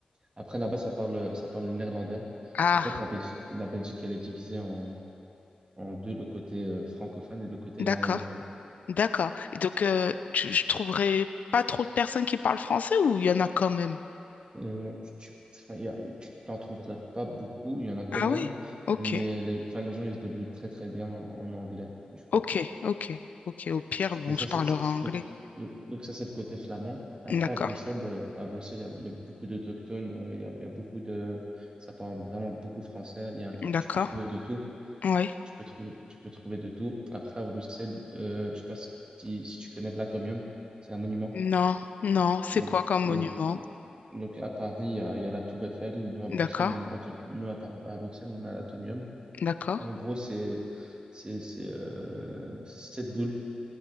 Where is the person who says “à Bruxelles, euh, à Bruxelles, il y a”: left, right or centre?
Right